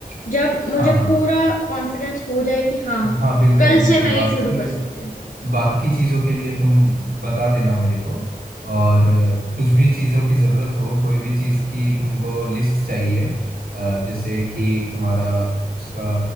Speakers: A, on the left (about 55°); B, on the right (about 75°).
A: जब मुझे
B: हाँ हाँ
A: पूरा कॉन्फिडेंस हो जाए कि हाँ
B: हाँ बिल्कुल
A: कल
B: बिल्कुल
A: से मैं
B: बाकी
A: ये शुरू कर सकती हूँ
B: बाकी चीज़ों के लिए तुम बता देना मेरे को और अ, कुछ भी चीज़ों की ज़रूरत हो कोई भी चीज़ की तुमको लिस्ट चाहिए अ, जैसे कि तुम्हारा उसका